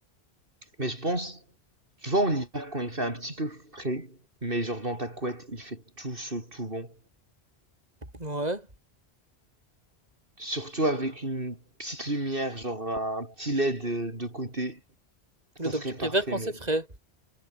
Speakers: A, on the right; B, on the right.
A: Mais je pense, tu vois, en hiver, quand il fait un petit peu frais, mais genre dans ta couette, il fait tout chaud, tout bon.
B: Ouais.
A: Surtout avec une petite lumière, genre un petit LED de, de côté,
B: Donc,
A: ça serait
B: tu préfères
A: parfait,
B: quand
A: mec.
B: c'est frais.